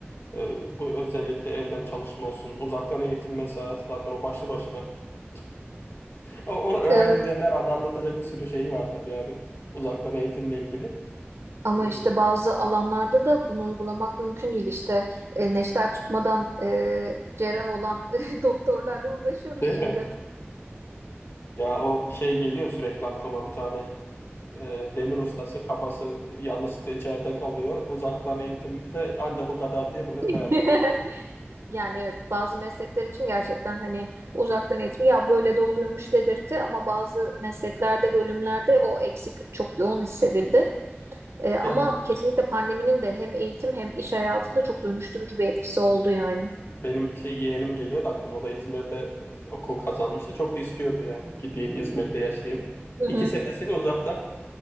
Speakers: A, on the left; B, on the right.
A: Ee, bu özellikle evden çalışma olsun, uzaktan eğitim mesela zaten o başlı başına. <laughs> O, o öğrencilerin
B: evet.
A: herhalde anlatacak bir sürü şeyi vardır yani uzaktan eğitimle ilgili.
B: Ama
A: Ee,
B: işte bazı alanlarda da bunu uygulamak mümkün değil. İşte e, neşter tutmadan e, cerrah olan <laughs> doktorlarla uğraşıyoruz
A: değil
B: şimdi.
A: mi? Ya o şey geliyor sürekli aklıma bir tane Ee, demir ustası kafası yanlışlıkla içeride kalıyor. Uzaktan eğitimde anca bu kadar diye millet
B: <laughs>
A: bayağı dalga geçiyor.
B: Yani evet bazı meslekler için gerçekten hani uzaktan eğitim ya böyle de oluyormuş dedirtti ama bazı mesleklerde bölümlerde o eksiklik çok yoğun hissedildi. E, ama
A: Yazık.
B: kesinlikle pandeminin de hem eğitim hem iş hayatında çok dönüştürücü bir etkisi oldu yani.
A: Benim şey yeğenim geliyor da aklıma o da İzmir'de e, okul kazanmıştı. Çok da istiyordu yani gideyim İzmir'de yaşayayım.
B: Hı
A: İki
B: hı.
A: senesini uzaktan